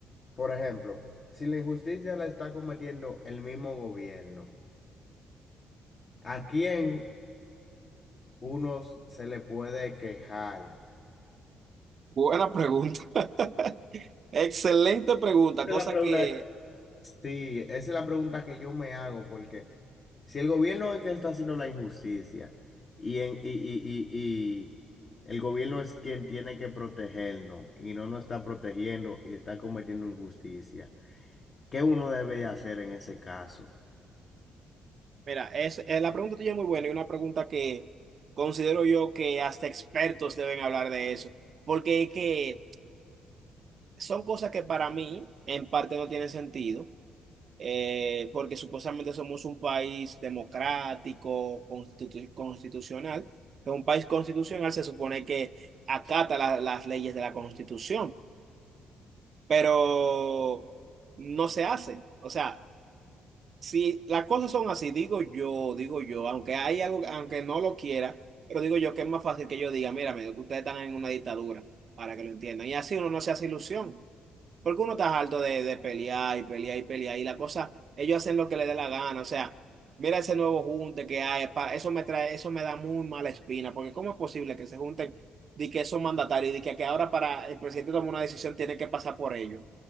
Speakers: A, on the left; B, on the right.
A: por ejemplo, si la injusticia la está cometiendo el mismo gobierno, ¿a quién uno se le puede quejar? Esa
B: Buena pregunta. <laughs> Excelente pregunta,
A: la
B: cosa
A: pregunta.
B: que,
A: Sí, esa es la pregunta que yo me hago, porque si el gobierno es el que está haciendo la injusticia y, en, y, y, y, y el gobierno es quien tiene que protegernos y no nos está protegiendo y está cometiendo injusticia, ¿qué uno debe hacer en ese caso?
B: mira, es, eh, la pregunta tuya es muy buena y una pregunta que considero yo que hasta expertos deben hablar de eso, porque es que son cosas que para mí en parte no tienen sentido, eh, porque supuestamente somos un país democrático, constitu- constitucional, que un país constitucional se supone que acata la- las leyes de la Constitución. pero no se hace. O sea, si las cosas son así, digo yo, digo yo, aunque hay algo, aunque no lo quiera, pero digo yo que es más fácil que yo diga, mira, que ustedes están en una dictadura, para que lo entiendan. Y así uno no se hace ilusión, porque uno está harto de, de pelear y pelear y pelear, y la cosa, ellos hacen lo que les dé la gana, o sea. Mira ese nuevo junte que hay, pa- eso me trae, eso me da muy mala espina, porque ¿cómo es posible que se junten de que son mandatarios y de que, que ahora para el presidente tomar una decisión tiene que pasar por ellos?